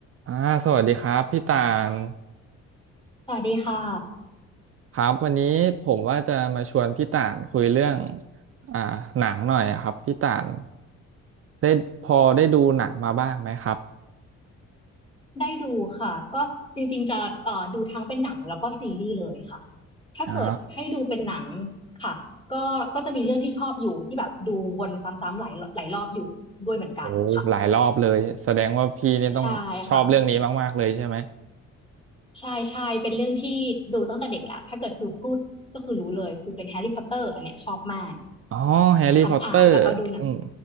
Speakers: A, on the right; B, on the left.
A: อ่าสวัสดีครับพี่ตาน
B: สวัสดีค่ะ
A: ครับวันนี้ผมว่าจะมาชวนพี่ตานคุยเรื่องอ่าหนังหน่อยอะครับพี่ตานได้พอได้ดูหนังมาบ้างไหมครับ
B: ได้ดูค่ะก็จริงๆจะเอ่อดูทั้งเป็นหนังแล้วก็ซีรีส์เลยค่ะถ้าเกิดให้ดูเป็นหนัง
A: อ่อ
B: ค่ะก็ก็จะมีเรื่องที่ชอบอยู่ที่แบบดูวนซ้ำๆหลายหลายรอบอยู่ด้วยเหมือนกันค่ะ
A: โอ้หลายรอบเลยแสดงว่าพี่เนี่ยต้องชอบเรื่องนี้มากๆเลยใช่ไหม
B: ใช่ค่ะใช่ใช่เป็นเรื่องที่ดูตั้งแต่เด็กแล้วถ้าเกิดคือพูดก็คือรู้เลยคือเป็นแฮร์รี่พอตเตอร์อันเนี้ยชอบมาก
A: อ๋อแฮร์รี่พอตเตอร์อืม
B: ทั้งอ่านแล้วก็ดูหนัง